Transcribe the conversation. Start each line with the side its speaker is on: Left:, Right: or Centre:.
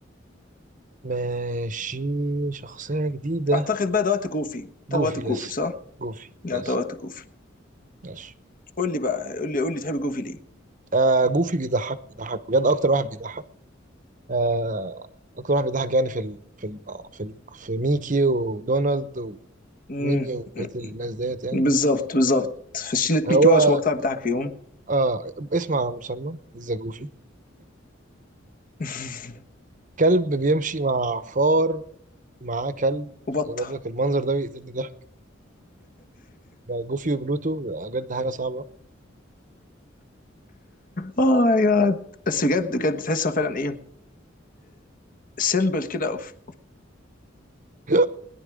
Right: ماشي شخصية جديدة
Left: اعتقد بقى ده وقت جوفي
Right: جوفي
Left: ده وقت جوفي
Right: يس
Left: صح؟
Right: جوفي
Left: لا
Right: يس
Left: ده وقت جوفي
Right: ماشي
Left: قول لي بقى قول لي قول لي تحب جوفي ليه؟
Right: آه جوفي بيضحك بيضحك بجد أكتر واحد بيضحك آه أكتر واحد بيضحك يعني في ال... في ال... في, ال... في ميكي ودونالد وميمي
Left: امم
Right: وبقية الناس ديت يعني
Left: بالظبط بالظبط في شلة
Right: هو
Left: ميكي ماوس هو القطع بتاعك فيهم
Right: آه اسم على مسمى ذا جوفي
Left: <laughs>
Right: كلب بيمشي مع فار معاه كلب
Left: وبطة
Right: برضك
Left: <laughs>
Right: المنظر ده بيقتلني ضحك جوفي وبلوتو بجد حاجة صعبة
Left: اه يا جاد بس بجد بجد تحسها فعلا ايه سيمبل كده اوف
Right: <laughs>